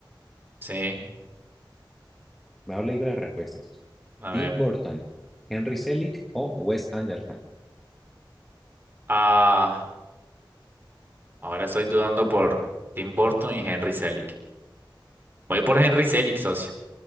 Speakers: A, on the right; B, in the centre.
A: Sí,
B: No le digo las respuestas. socio.
A: a
B: Tim
A: ver.
B: Burton, Henry Selick o Wes Anderson.
A: Ah, ahora estoy dudando por Tim Burton y Henry Selick. Voy por Henry Selick, socio.